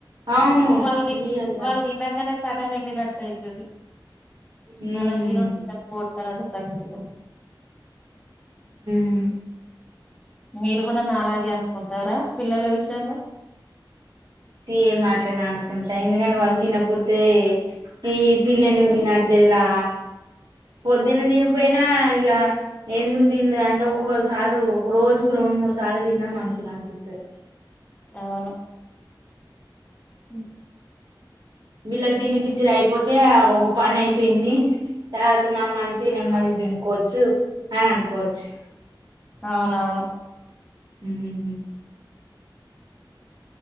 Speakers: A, on the right; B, on the left.
A: అవును
B: వాళ్ళు ది
A: రియల్ గా
B: వాళ్ళు దీన్నంకనే సగం నిండినట్టైతది.
A: ఉమ్
B: మనం తినుడు తినకపోవుడు తర్వాత సంగతి గాని
A: మ్
B: మీరు కూడా నాలాగే అనుకుంటారా పిల్లల విషయంలో
A: సేమ్ అట్లనే అనుకుంటా ఎందుకంటే వాళ్ళు తినకపోతే ఈ పిల్లెందుకు తినట్లే దేరా పొద్దున్న తినిపోయినా ఇగ ఎందుకు తినలే అంటే ఒక్కొసారి ఒక రోజుకు రెండు మూడు సార్లు తిన్నా మంచిగనిపిత్తది.
B: అవును. మ్
A: వీళ్ళకి తినిపిచ్చుడు అయిపోతే ఆ ఒక పని అయిపోయింది. తర్వాత మనం మంచిగ నెమ్మదిగ తినుకోవచ్చు అని అనుకోవచ్చు.
B: అవునవును.
A: మ్మ్.